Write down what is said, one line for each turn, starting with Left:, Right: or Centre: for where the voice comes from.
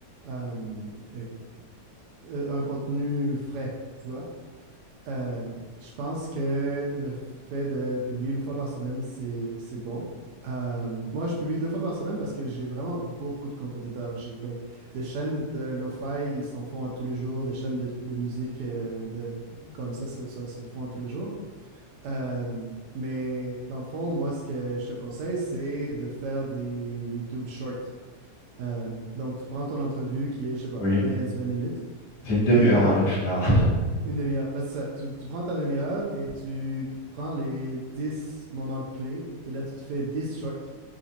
Right: euh, euh, euh, un contenu frais, tu vois. Euh, je pense que le fait de publier une fois par semaine, c'est, c'est bon. Euh, moi, je publie deux fois par semaine parce que j'ai vraiment beaucoup de compétiteurs. J'ai des, des chaînes de lo-fi, ils s'en font à tous les jours. Des chaînes de, de musique euh, de- de- comme ça se, se- se font à tous les jours. Euh, mais dans le fond, moi, ce que je te conseille, c'est de faire des YouTube Shorts. Euh, donc, tu prends ton entrevue qui est, je sais pas,
Left: oui.
Right: 15-20 minutes
Left: C'est une demi-heure,
Right: et
Left: hein, la plupart.
Right: une demi-heure. Ben, c'est ça. Tu, tu prends ta demi-heure et tu prends les 10 moments clés et là, tu te fais 10 shorts.